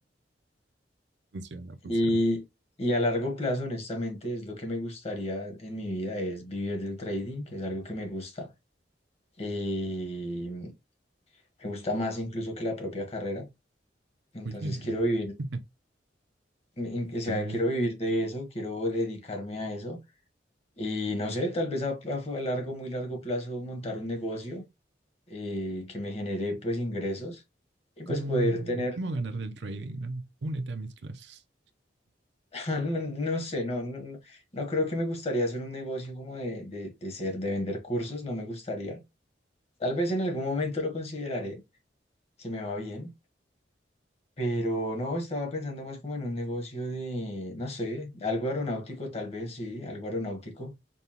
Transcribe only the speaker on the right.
Funciona, funciona.
Oye,
<laughs>
suena bien.
¿Cómo,
cómo ganar del trading, no? Únete a mis clases.